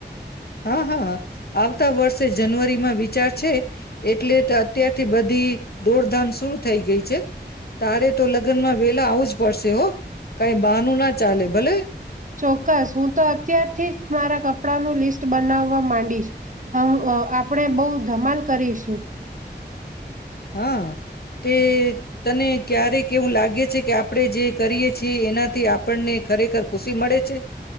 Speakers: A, on the left; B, on the right.
A: હા હા હ, આવતા વર્ષે જનવરીમાં વિચાર છે, એટલે તો અત્યારથી બધી દોડધામ શુરૂ થઈ ગઈ છે, તારે તો લગ્નમાં વેલા આવું જ પડશે હો. કઈ બાનું ના ચાલે. ભલે
B: ચોક્કસ હું તો અત્યારથી જ મારા કપ્પ કપડાનું લિસ્ટ બનાવવા માડી ડીસ, હવ અ આપડે બવ ધમાલ કરીશું.
A: હા, તે તને ક્યારેક કેવું લાગે છે કે આપણે જે કરીએ છીએ એનાથી આપણને ખરેખર ખુશી મળે છે?